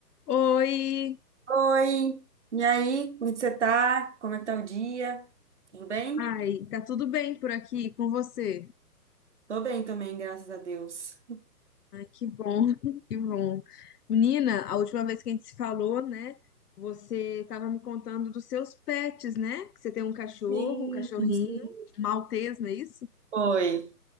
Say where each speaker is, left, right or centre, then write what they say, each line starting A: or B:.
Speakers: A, on the left; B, on the right.
A: Oi,
B: Oi, e aí? Como que você tá? Como é que tá o dia? Tudo bem?
A: ai, tá tudo bem por aqui com você?
B: Tô bem também, graças a Deus.
A: Ai, que bom, <laughs> que bom. Menina, a última vez que a gente se falou, né? Você tava me contando dos seus pets, né? Que você tem um cachorro,
B: Sim,
A: um cachorrinho,
B: sim.
A: um maltês, não é isso?
B: Oi.